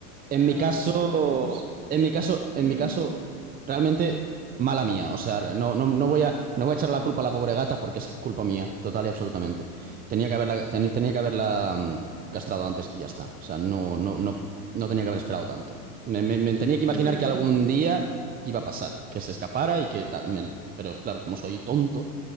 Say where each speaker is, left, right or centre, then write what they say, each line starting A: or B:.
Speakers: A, on the right; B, on the right.
A: En
B: para
A: mi caso,
B: salvarlos.
A: en mi caso, en
B: Mm,
A: mi caso, realmente mala mía. O sea, no, no, no voy a, no voy a echar la culpa a la pobre gata porque es culpa mía, total y absolutamente. Tenía que haberla, teni- tenía que haberla mm, castrado antes y ya está. O sea, no, no, no, no tenía que haber esperado tanto. Me, me- me tenía que imaginar
B: ya.
A: que algún día iba a pasar, que se escapara y que tal. me- pero claro, como soy tonto,